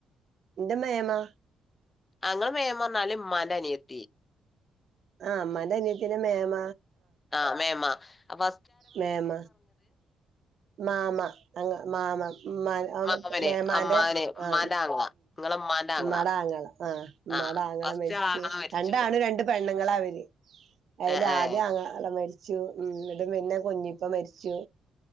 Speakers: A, on the right; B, on the left.
A: ന്റെ മേമാ
B: അങ്ങൾ മേമ വന്നാലും മാന്റെ നിയത്തി
A: ആഹ മാന്റെ നിയത്തിനെമേമ
B: ആഹ മാേമ അപ്പൊ
A: മേമ മാമ നങ്ങ മാമ മ്മാ
B: മാമന്
A: മേമാന്റെ
B: അമ്മാന് ഇമ്മാന്റെ
A: ആ
B: ആങ്ങള ഇങ്ങളെ ഇമ്മാന്റെ ആങ്ങള
A: മടാങ്ങള ആഹ
B: ആഹ്
A: മടാങ്ങള
B: ഫസ്റ്റ്
A: മരിച്ചു
B: ആങ്ങള മരിച്ചു
A: രണ്ടാണ് രണ്ട് പെണ്ണു ങ്ങളാവലി അയില്
B: ഏഹ് ഏഹ്
A: ആദ്യം അങ്ങള മരി ഉം <unintelligible> പിന്നെ കുഞ്ഞിപ്പ മരിച്ചു